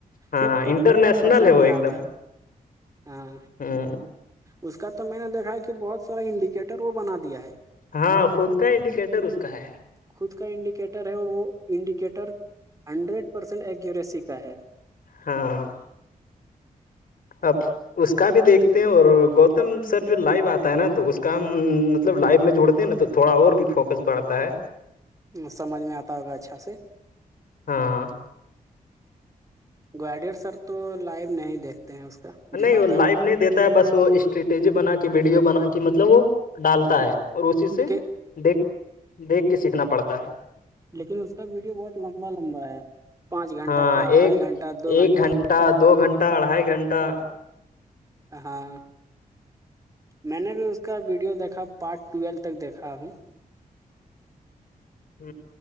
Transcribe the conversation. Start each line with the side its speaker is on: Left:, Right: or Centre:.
Left: ہاں
Right: فف پر
Left: انٹرنیشنل
Right: پرسینٹ
Left: ہے وہ
Right: میں
Left: ایک
Right: آتا
Left: دم
Right: ہے ہاں
Left: ہ
Right: اس کا تو میں نے دیکھا ہے کہ بہت سارا انڈیکیٹر وہ بنا دیا ہے
Left: ہاں خود کا انڈیکیٹر اس کا ہے
Right: خود کا انڈیکیٹر ہے اور وہ انڈیکیٹر ہنڈریڈ پرسینٹ ایکیوریسی کا ہے
Left: ہاں اب اس کا بھی دیکھتے ہیں اور گت سر جو لائو آتا ہے نا تو اس کام مطلب لائف میں جوڑتے ہیں نا تو تھوڑا اور بھی فوکس بڑھتا ہے
Right: سمجھ میں آتا ہوگا اچھا سے
Left: ہاں
Right: گوڈر سر تو لائیو نہیں دیکھتے ہیں اس کا
Left: نہیں
Right: دکھاتا
Left: وہ لائو
Right: ہے
Left: نہیں دیتا ہے بس وہ اسٹریٹجی بنا کے ویڈیو بنا کے مطلب وہ ڈالتا ہے اور اسی سے
Right: لیکن
Left: دیکھ دیکھ کے سیکھنا پڑتا ہے
Right: لیکن اس کا ویڈیو بہت لمبا لمبا ہے پانچ گھنٹہ
Left: ہاں
Right: کا
Left: ایک
Right: ا ڈھائی گھنٹہ دو
Left: ایک
Right: گھنٹہ
Left: دو گھنٹہ اڑھائی گھنٹہ
Right: ہاں میں نے بھی اس کا ویڈیو دیکھا پارٹ ٹویلو تک دیکھا ہوں
Left: ہ